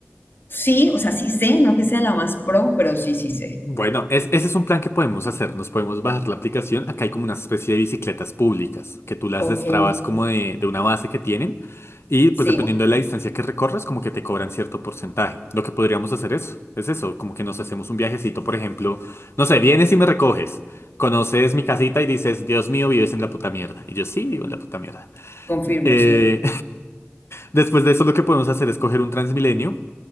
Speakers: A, on the left (about 60°); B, on the left (about 90°).
A: sí, o sea, sí sé, no que sea la más pro, pero sí, sí sé.
B: Bueno, es- ese es un plan que podemos hacer. Nos podemos bajar la aplicación. Acá hay como una especie de bicicletas públicas que tú las
A: Ok,
B: destrabas como de, de una base que tienen. Y pues
A: sí,
B: dependiendo de la distancia que recorras, como que te cobran cierto porcentaje. Lo que podríamos hacer es, es eso, como que nos hacemos un viajecito, por ejemplo. No sé, vienes y me recoges. Conoces mi casita y dices, Dios mío, vives en la puta mierda. Y yo sí, vivo en la puta mierda.
A: confirmo,
B: Eh,
A: sí.
B: Después de eso, lo que podemos hacer es coger un Transmilenio